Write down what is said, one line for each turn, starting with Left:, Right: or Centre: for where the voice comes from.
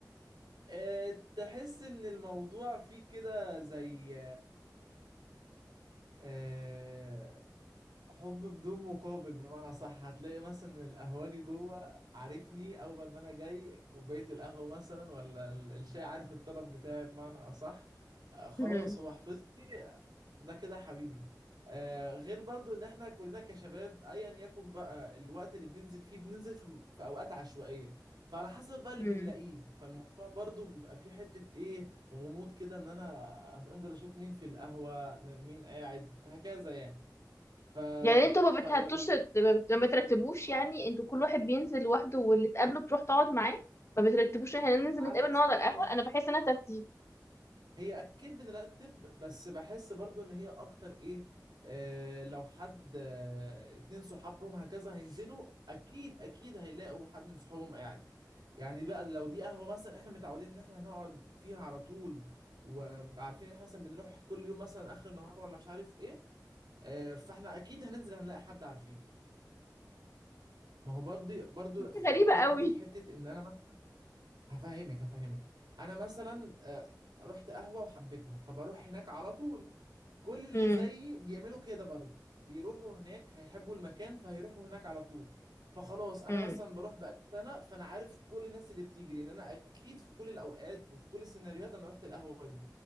Right: أه تحس ان الموضوع فيه كده زي أه حب بدون مقابل بمعنى صح هتلاقي مثلا القهوجي جوه عارفني اول ما انا جاي كوبايه القهوه مثلا ولا ال- الشاي عارف الطلب بتاعي بمعنى اصح آه، خلاص
Left: مم.
Right: هو حفظني آه، ده كده حبيبي آه غير برضو ان احنا كلنا كشباب ايا يكن بقى الوقت اللي بننزل فيه بننزل في, في اوقات عشوائيه فعلى حسب بقى اللي
Left: مم.
Right: بنلاقيه فالموضوع برضو بيبقى فيه حته ايه غموض كده ان انا انزل اشوف مين في القهوه مين قاعد هكذا يعني ف...
Left: يعني انتوا ما بتهتوش
Right: فلما
Left: ما بت- ما بترتبوش يعني انتوا كل واحد بينزل لوحده واللي تقابله بتروح تقعد معاه ما بترتبوش احنا ننزل
Right: على
Left: نتقابل
Right: حسب
Left: نقعد على
Right: لا
Left: القهوة
Right: يعني
Left: انا بحس انها ترتيب
Right: هي اكيد بنرتب بس بحس برضو ان هي اكتر ايه آه لو حد آه اتنين صحابهم هكذا هينزلوا اكيد اكيد هيلاقوا حد من صحابهم قاعد يعني بقى لو دي قهوة مثلا احنا متعودين ان احنا هنقعد فيها على طول وعارفين ان احنا مثلا بنروح كل يوم مثلا اخر النهار ولا مش عارف ايه آه فاحنا اكيد هننزل هنلاقي حد عارفينه ما هو برضه برضه
Left: دي
Right: خدي
Left: غريبة
Right: عندك
Left: قوي
Right: حتة ان انا هفهمك هفهمك انا مثلا آه، رحت قهوه وحبيتها فبروح هناك على طول كل اللي
Left: امم
Right: زيي بيعملوا كده برضه بيروحوا هناك هيحبوا المكان فهيروحوا هناك على طول فخلاص انا
Left: امم
Right: مثلا بروح بقالي سنه فانا عارف كل الناس اللي بتيجي لان انا اكيد في كل الاوقات وفي كل السيناريوهات انا رحت القهوه دي